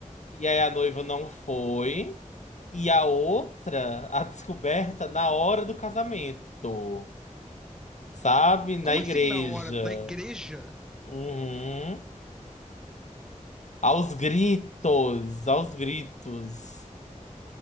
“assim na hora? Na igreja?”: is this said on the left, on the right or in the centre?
Centre